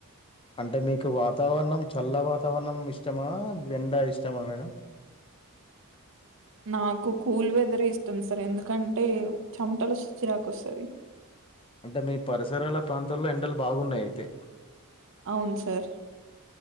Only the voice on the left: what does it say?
అంటే మీకు వాతావరణం చల్లగ సవర్ణం ఇష్టమా, వెండ ఇష్టమా మేడం
అంటే మీ పరిసరాల పాం త లో ఎండలు బాగున్నాయి అయితే